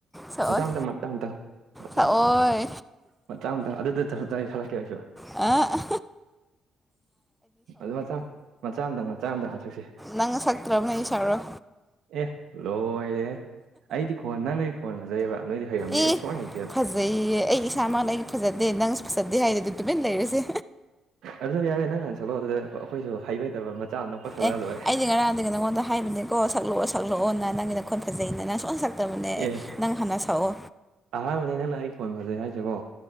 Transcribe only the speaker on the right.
ꯃꯆꯥ ꯃꯇꯝ ꯃꯇꯥꯡꯗ ꯑꯆꯥ
ꯃ ꯆꯥꯝꯇ ꯑꯗꯨꯗ ꯊꯍꯩ ꯁꯛꯂꯀꯦ ꯑꯩꯁꯨ
ꯑꯗꯨ ꯃꯆꯥ ꯃꯆꯥ ꯑꯃꯇꯪ ꯃꯆꯥ ꯑꯃꯇꯪ ꯉ ꯁꯛꯁ
ꯑꯦ ꯂꯣꯔꯦ ꯑꯩꯗꯤ ꯐꯣꯟ ꯅꯪ ꯅ ꯑꯩ ꯐꯣꯟꯅꯖꯩꯑꯕ ꯅꯣꯏꯗꯤ ꯍꯩꯔꯝꯅꯤ
ꯑꯩ ꯁꯨꯡꯃꯥꯏ ꯍꯩꯇꯦꯕ
ꯑꯗꯨꯗꯣ ꯌꯥꯔꯦ ꯅꯪ ꯍꯟ ꯆꯜꯂꯛꯑꯣ ꯑꯗꯨꯗ ꯑꯩꯈꯣꯏꯁꯨ ꯍꯩꯇꯕ ꯑꯃꯇꯪ ꯄꯁꯜꯂꯛꯑ
ꯂꯣꯏꯔꯦ
ꯑꯦ
ꯑꯍꯥꯟꯕꯅꯦ ꯅꯪꯅ ꯑꯩ ꯈꯣꯟ ꯐꯖꯩ ꯍꯥꯏꯁꯦꯕꯣ